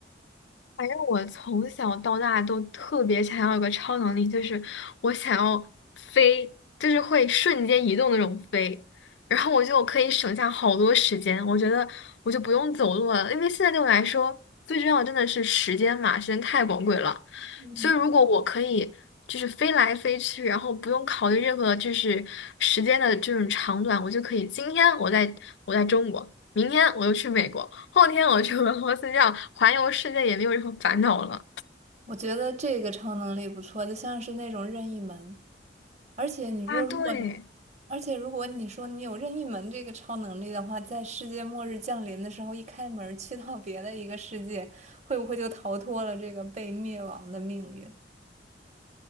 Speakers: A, on the left (about 80°); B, on the right (about 40°).
A: 反正我从小到大都特别想要一个超能力，就是我想要飞，就是会瞬间移动那种飞，然后我就可以省下好多时间。我觉得我就不用走路了，因为现在对我来说最重要的真的是时间嘛，时间太宝贵了。
B: 嗯，
A: 所以如果我可以就是飞来飞去，然后不用考虑任何就是时间的这种长短，我就可以今天我在我在中国。明天我就去美国，后天我去俄罗斯，这样环游世界也没有任何烦恼了。
B: 我觉得这个超能力不错，就像是那种任意门。而且你说，
A: 啊，
B: 如果你，
A: 对，
B: 而且如果你说你有任意门这个超能力的话，在世界末日降临的时候，一开门儿去到别的一个世界，会不会就逃脱了这个被灭亡的命运？